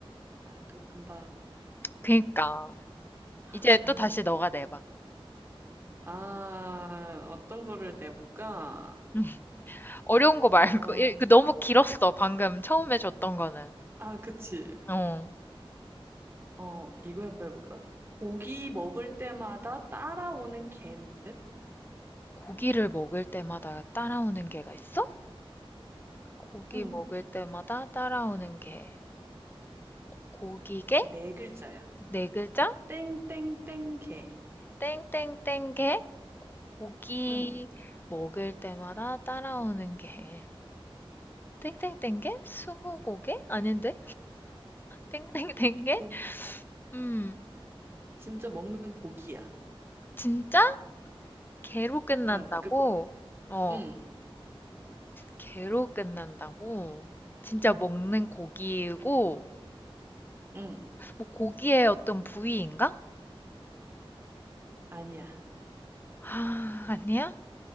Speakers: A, on the right; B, on the left.
A: 아, 또 금방.
B: 그니까.
A: 아,
B: 이제 또 다시 너가 내봐.
A: 아, 어떤 거를 내볼까?
B: 음, 어려운 거 말고.
A: 어,
B: 이- 그 너무 길었어. 방금 처음에 줬던 거는.
A: 아, 그치.
B: 어.
A: 어, 이거 한번 해볼까? 고기 먹을 때마다 따라오는 개는?
B: 고기를 먹을 때마다 따라오는 게가 있어? 고기
A: 응,
B: 먹을 때마다 따라오는 게. 고기게?
A: 네 글자야.
B: 네 글자?
A: 땡땡땡 개.
B: 땡땡땡 게 고기
A: 응,
B: 먹을 때마다 따라오는 게 땡땡땡 게 스무고개 아닌데 땡땡땡 게
A: 고,
B: 음,
A: 진짜 먹는 고기야.
B: 진짜 개로 끝난다고?
A: 응, 그,
B: 어,
A: 응,
B: 개로 끝난다고? 진짜 먹는 고기이고
A: 응,
B: 뭐 고기의 어떤 부위인가?
A: 아니야.
B: 아, 아니야?